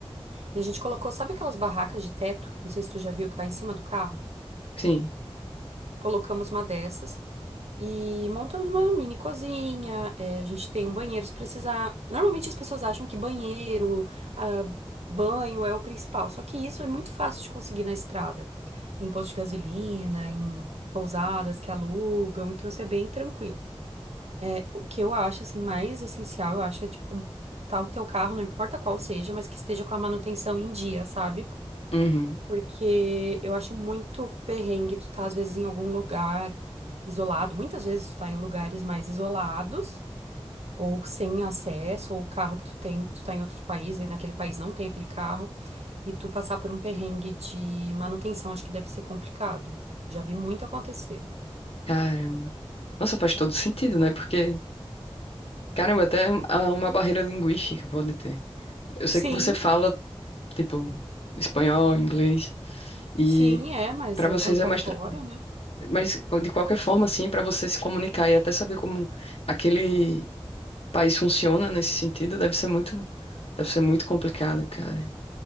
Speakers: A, on the right; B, on the left.
A: E a gente colocou, sabe aquelas barracas de teto? Não sei se tu já viu, que vai em cima do carro.
B: Sim.
A: colocamos uma dessas e montamos uma mini cozinha. eh, a gente tem um banheiro se precisar. Normalmente as pessoas acham que banheiro, ah, banho é o principal, só que isso é muito fácil de conseguir na estrada, em posto de gasolina, em pousadas que alugam, então isso é bem tranquilo. É, o que eu acho assim mais essencial, eu acho é tipo um, tá o teu carro, não importa qual seja, mas que esteja com a manutenção em dia, sabe?
B: Uhum.
A: porque eu acho muito perrengue tu tá, às vezes, em algum lugar isolado. Muitas vezes tu tá em lugares mais isolados, ou sem acesso, ou o carro que tu tem, tu tá em outro país e naquele país não tem aquele carro, e tu passar por um perrengue de manutenção, acho que deve ser complicado. Já vi muito acontecer.
B: Caramba. Nossa, faz todo sentido, né? Porque, caramba, até há uma barreira linguística pode ter. Eu sei
A: Sim,
B: que você fala, tipo, espanhol, inglês, e
A: sim, é, mas
B: pra
A: eh,
B: vocês
A: quando
B: é
A: tá
B: mais
A: fora,
B: tranquilo
A: né?
B: Mas, de qualquer forma, assim, para você se comunicar e até saber como aquele país funciona nesse sentido, deve ser muito, deve ser muito complicado, cara.